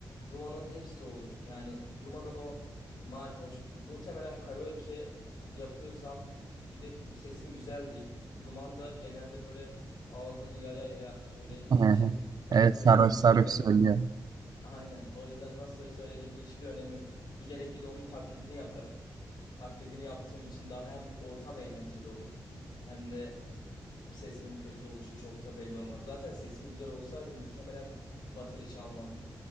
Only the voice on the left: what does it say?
Duman'ın hepsi olur. Yani Duman'ın o mayhoş muhtemelen karaoke yapıyorsam bir de sesim güzel değil. Duman da genelde böyle ağzını yaya yaya söylediği
için nasıl
söylediğim
hiçbir
önemi Aynen. O yüzden nasıl söylediğimin hiçbir önemi yok. Bilerek bir de onun taklidini yaparım. Taklidini yaptığım için daha hem ortam eğlenceli olur hem de sesimin kötü oluşu çok da belli olmaz. Zaten sesim güzel olsaydı muhtemelen bateri çalmazdım.